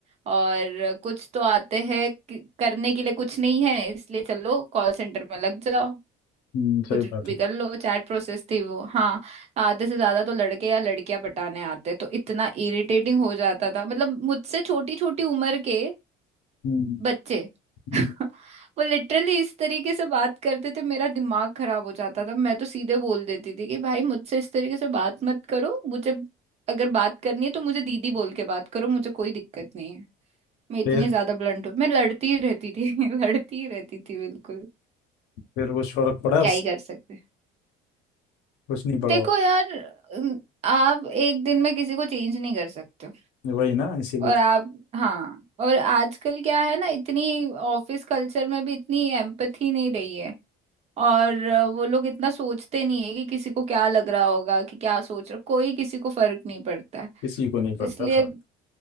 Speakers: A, on the right; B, on the left.
A: और कुछ तो आते हैं कि- करने के लिए कुछ नहीं है इसलिए चलो कॉल सेंटर में लग जाओ
B: हम्म सही
A: कुछ
B: बात
A: भी
B: है
A: कर लो चैट प्रोसेस थी वो हाँ आधे से ज्यादा तो लड़के या लड़कियां पटाने आते तो इतना इरिटेटिंग हो जाता था मतलब मुझसे छोटी छोटी उम्र के
B: हम्म
A: बच्चे
B: हम्म।
A: <laughs> वो लिटरली इस तरीके से बात करते थे मेरा दिमाग खराब हो जाता था मैं तो सीधे बोल देती थी कि भाई मुझसे इस तरीके से बात मत करो मुझे अगर बात करनी है तो मुझे दीदी बोल के बात करो मुझे कोई दिक्कत नहीं है मैं इतनी
B: फिर
A: ज्यादा ब्लंट हूँ मैं लड़ती ही रहती थी <laughs> लड़ती ही रहती थी बिल्कुल
B: फिर कुछ फर्क पड़ा
A: क्या
B: उस-
A: ही कर सकते हैं।
B: कुछ नहीं पड़ा
A: देखो यार अम, आप एक दिन में किसी को चेंज नहीं कर सकते
B: वही ना इसीलिए
A: और
B: तो
A: आप हाँ और आजकल क्या है ना इतनी ऑफिस कल्चर में भी इतनी एम्पथी नहीं रही है और अ, वो लोग इतना सोचते नहीं है कि किसी को क्या लग रहा होगा कि क्या सोच रहा कोई किसी को फर्क नहीं पड़ता है
B: किसी को नहीं पड़ता
A: इसलिए
B: फर्क